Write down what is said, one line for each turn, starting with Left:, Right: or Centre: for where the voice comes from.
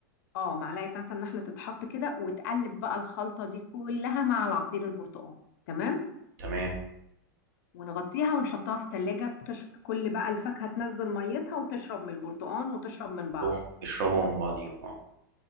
Left: اه معلقه عسل نحله تتحط كده وتقلب بقى الخلطه دي كلها مع العصير البرتقال تمام
Right: تمام
Left: ونغطيها ونحطها في التلاجة تش... كل بقى الفاكهة تنزل ميتها وتشرب من البرتقال وتشرب من
Right: كلهم
Left: بعض
Right: يشربوا من بعضيهم اه